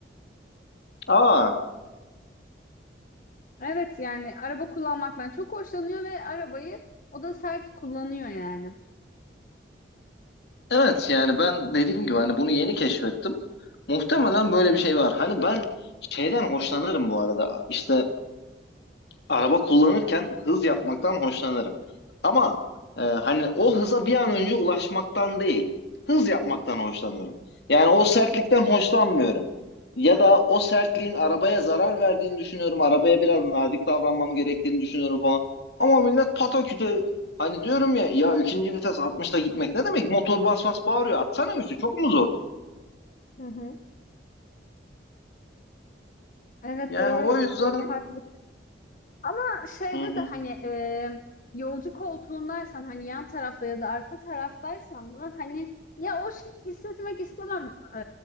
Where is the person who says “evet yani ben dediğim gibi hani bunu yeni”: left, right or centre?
Left